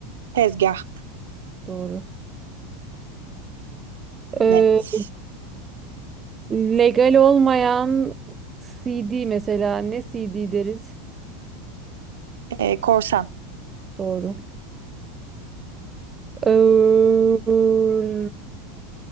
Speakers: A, on the right (about 85°); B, on the right (about 25°).
A: Tezgah.
B: Doğru. Eee,
A: Net.
B: legal olmayan CD mesela ne CD deriz?
A: Ee, korsan.
B: Doğru. Eee,